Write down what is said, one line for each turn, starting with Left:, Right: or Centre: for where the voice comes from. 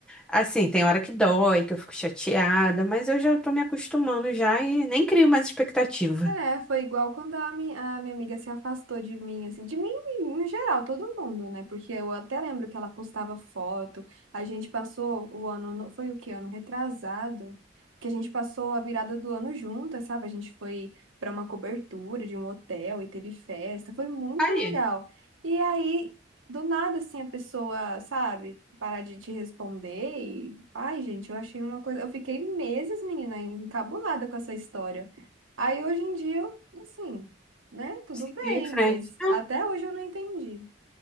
Centre: Assim, tem hora que dói, que eu fico chateada, mas eu já tô me acostumando já e nem crio mais expectativa.
Right: É, foi igual quando a minha, a minha amiga se afastou de mim, assim, de mim em geral, todo mundo, né? Porque eu até lembro que ela postava foto, a gente passou o ano, no- foi o que ano? Retrasado, que a gente passou a virada do ano juntas, sabe? A gente foi para uma cobertura de um hotel e teve festa, foi muito
Centre: Aí,
Right: legal. E aí, do nada, assim, a pessoa, sabe, parar de te responder e, ai, gente, eu achei uma coisa, eu fiquei meses, menina, encabulada com essa história. Aí hoje em dia, eu, assim, né? Tudo
Centre: seguiu
Right: bem,
Centre: em frente.
Right: mas até hoje eu não entendi.